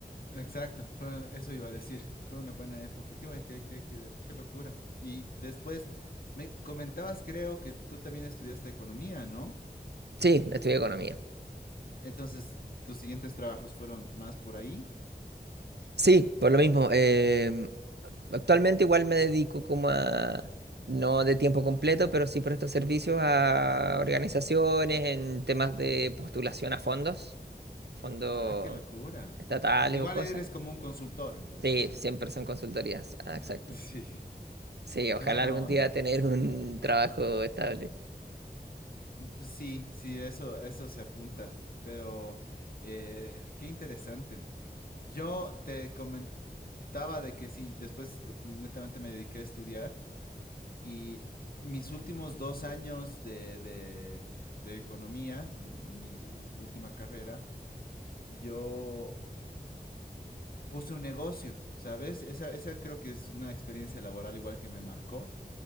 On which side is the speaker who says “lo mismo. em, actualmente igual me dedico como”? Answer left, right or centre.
Right